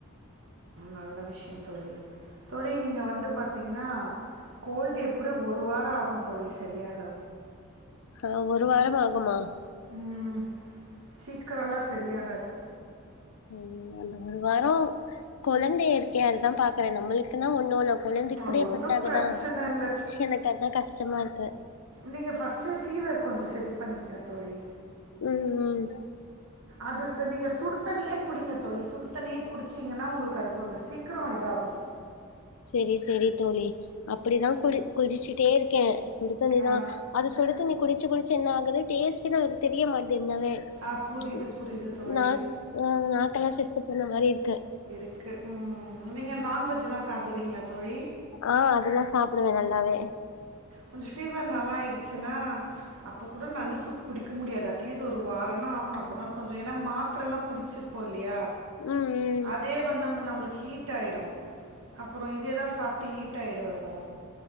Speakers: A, on the right; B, on the left.
A: நல்ல விஷ்யோ தோழி தோழி நீங்க வந்து பாத்தீங்கன்னா கோல்டு எப்டியு ஒரு வரோ ஆகு தோழி செரியாக
B: ஆ ஒரு வாரம் ஆகுமா
A: ம் சீக்கிரம்லா செரியாகாது
B: <unintelligible> அந்த ஒரு வாரம் கொழந்தை இருக்கே அதுதா பாக்குறே நம்மளுக்கு நா ஒண்ணு இல்ல கொழந்தைக்கு
A: அ
B: கூட
A: ஒண்ணும்
B: எஃபெக்ட் ஆகுதா
A: பிரச்சனை இல்ல
B: எனக்கு அத கஷ்டமா இருக்கு
A: நீங்கள் ஃபஸ்ட்டு ஃபீவர் கொஞ்சோ செரி பண்ணீக்கங்க தோழி
B: ம் ம்
A: அது நீங்க சுடுத்தண்ணியே குடிங்க தோழி சுடு தண்ணியே குடுச் சீங்கன்னா உங்களுக்கு அது கொஞ்சோ சீக்கிரோ இதாகு
B: செரி செரி தோழி அப்டிதா குளி குடிச்சுட்டே இருக்கே சுடு தண்ணி
A: ஆ,
B: தா அது சுடு தண்ணி குடிச்சு குடிச்சு என்ன ஆகுது டேஸ்டுன்னு நம்மாளுக்கு தெரிய மாட்டது
A: ஆ புரியுது,
B: <unintelligible>
A: புரியுது தோழி.
B: நாக் ஆ நாக்கெல்லா செத்து போன மாரி இருக்கு
A: க்கு ம் நீங்க நான்வெஜ்லா சாப்டுவீங்களா தோழி
B: ஆ அதெல்லா சாப்டுவே நல்லாவே
A: கொஞ்சோ ஃபீவர் நல்லா ஆயிடுச்சுன்னா அப்போ கூட நண்டு சூப் குடிக்க முடியாது அட்லீஸ் ஒரு வா ந்தா ஆகணு அப்பதா கொஞ்சோ ஏனா மாத்திரல்லா குடிச்சிரு ப்போ இல்லையா
B: ம் ம்
A: அதே வந்து நம்மளுக்கு ஹீட் ஆயிடு அப்பறோ இதேதா சாப்ட்டு ஹீட் ஆயிடு ரொம்பவு